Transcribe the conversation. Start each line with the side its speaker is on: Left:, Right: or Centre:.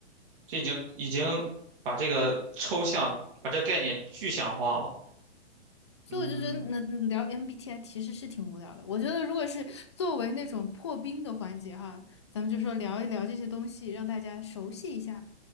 Right: 这已经已经把这个抽象，把这个概念具象化了。
Left: 所以我就觉得那那聊
Right: 嗯，
Left: MBTI 其实是挺无聊的。我觉得如果是作为那种破冰的环节哈，咱们就说聊一聊这些东西，让大家熟悉一下，